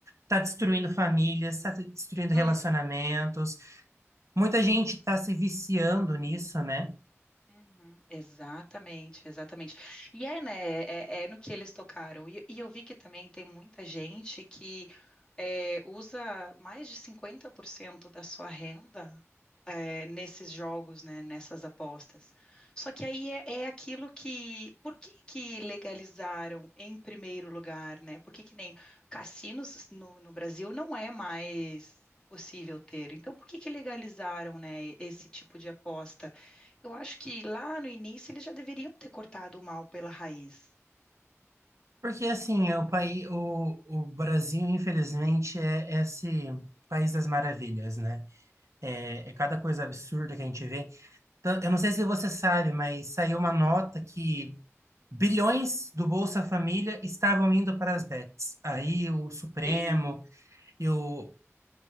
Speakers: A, on the right; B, on the left.
A: Tá destruindo famílias, tá destruindo
B: hum,
A: relacionamentos. Muita gente está se viciando nisso, né?
B: Uhum, exatamente, exatamente. E é, né? É, é é no que eles tocaram. E, e eu vi que também tem muita gente que é, usa mais de 50% da sua renda é, nesses jogos, né? Nessas apostas. Só que aí é, é aquilo que. Por que que legalizaram em primeiro lugar, né? Por que que nem cassinos no, no Brasil não é mais. possível ter. Então, por que que legalizaram, né, esse tipo de aposta? Eu acho que lá no início eles já deveriam ter cortado o mal pela raiz.
A: Porque assim, o país, o, o Brasil, infelizmente, é esse país das maravilhas, né? É, é cada coisa absurda que a gente vê. Tan- Eu não sei se você sabe, mas saiu uma nota que bilhões do Bolsa Família estavam indo para as bets. Aí o Supremo
B: Sim,
A: e o,